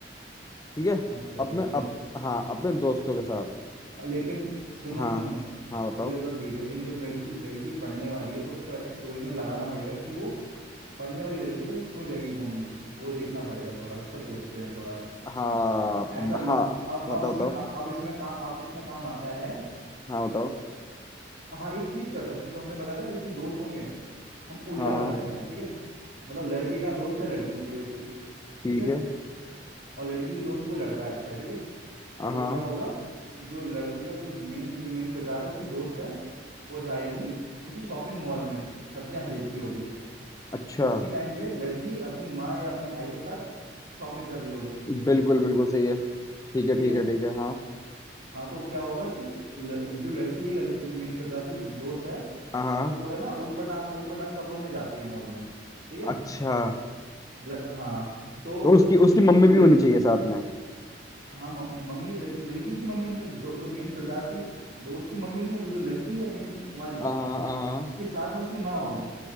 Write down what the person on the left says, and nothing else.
ठीक है
अपने
अप, हाँ अपने दोस्तों के साथ
हाँ
हाँ बताओ
हाँ
हाँ
बताओ
बताओ
हाँ बताओ
हाँ हाँ
ठीक
है
हाँ
हाँ,
अच्छा
बिल्कुल बिल्कुल सही है ठीक है
ठीक
है ठीक है हाँ
हाँ हाँ।
अच्छा
तो उसकी उसकी मम्मी
भी
होनी चाहिए साथ में
हाँ हाँ